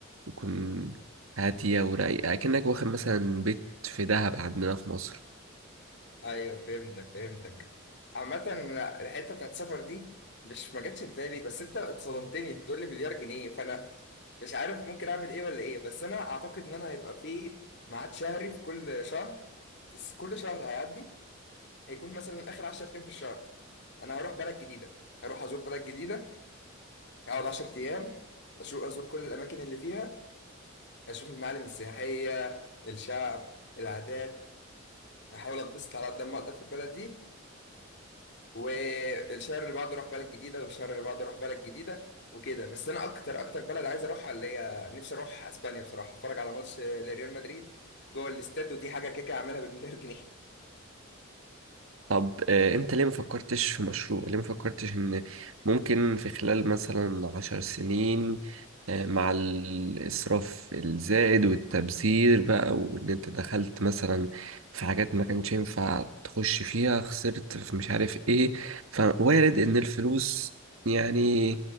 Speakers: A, on the right (about 85°); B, on the left (about 55°).
A: تكون هادية ورايقة كأنك واخد مثلا بيت في دهب عندنا في مصر
B: ايوه فهمتك فهمتك عامة لا الحتة بتاعت السفر دي مش ما جاتش في بالي بس انت اتصدمتني بتقول لي مليار جنيه فانا مش عارف ممكن اعمل ايه ولا ايه بس انا اعتقد ان انا هيبقى في ميعاد شهري في كل شهر في س- كل شهر هيعدي هيكون مثلا اخر 10 ايام في الشهر انا هروح بلد جديده هروح ازور بلد جديده هقعد 10 ايام اشوف ازور كل الاماكن اللي فيها اشوف المعالم السياحيه الشعب العادات احاول اتبسط على قد ما اقدر في البلد دي والشهر اللي بعده اروح بلد جديده والشهر اللي بعده اروح بلد جديده وكده بس انا اكتر اكتر بلد عايز اروحها اللي هي نفسي اروح اسبانيا بصراحه اتفرج على ماتش لريال مدريد جوه الاستاد ودي حاجه كيكه اعملها بالمليار جنيه
A: طب آه، انت ليه ما فكرتش في مشروع ليه ما فكرتش ان ممكن في خلال مثلا عشر سنين آه، مع الاسراف الزائد والتبذير بقى وان انت دخلت مثلا في حاجات ما كانش ينفع تخش فيها خسرت في مش عارف ايه فوارد ان الفلوس يعني